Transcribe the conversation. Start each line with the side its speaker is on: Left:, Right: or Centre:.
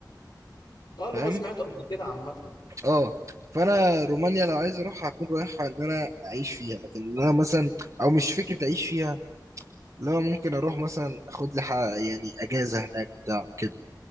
Left: اه اللي
Right: فاهم
Left: هو سمعته قبل كده عامة
Right: اه فانا رومانيا لو عايز اروح هكون رايحها ان انا اعيش فيها لكن إن انا مثلا او مش فكره اعيش فيها لو ممكن اروح مثلا اخد لي ح- يعني اجازه هناك بتاع كده